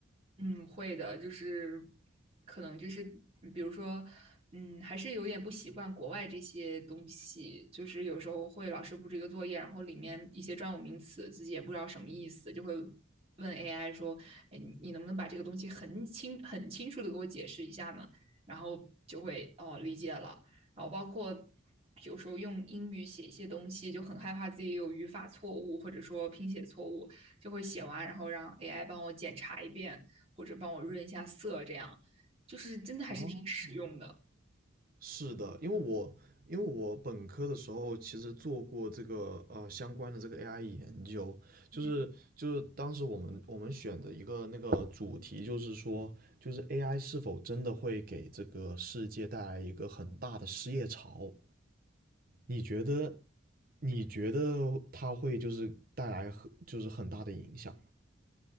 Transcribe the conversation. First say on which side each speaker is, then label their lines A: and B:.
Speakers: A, on the right; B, on the right.
A: 嗯，会的，就是可能就是比如说，嗯，还是有点不习惯国外这些东西，就是有时候会老师布置一个作业，然后里面一些专有名词自己也不知道什么意思，就会问 AI 说，哎，你你能不能把这个东西很清很清楚的给我解释一下呢？然后就会哦理解了，然后包括。有时候用英语写一些东西，就很害怕自己有语法错误或者说拼写错误，就会写完，然后让 AI 帮我检查一遍，或者帮我润一下色，这样就是真的还是挺实用的。
B: 哦。是的，因为我因为我本科的时候其实做过这个呃相关的这个 AI 研究，
A: 嗯，
B: 就是就是当时我们我们选的一个那个主题就是说，就是 AI 是否真的会给这个世界带来一个很大的失业潮？你觉得你觉得它会就是带来很就是很大的影响？